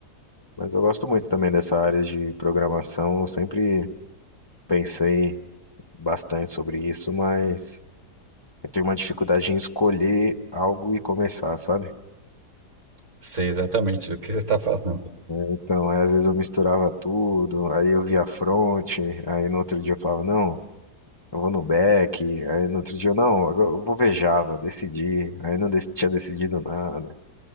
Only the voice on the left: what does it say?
Mas eu gosto muito também dessa área de programação, eu sempre pensei bastante sobre isso, mas eu tenho uma dificuldade em escolher algo e começar, sabe?
Então, aí, às vezes eu misturava tudo, aí eu via front, aí no outro dia eu falava, não, eu vou no back, aí no outro dia eu, não, agora eu vovejava, decidi, aí não dec- tinha decidido nada,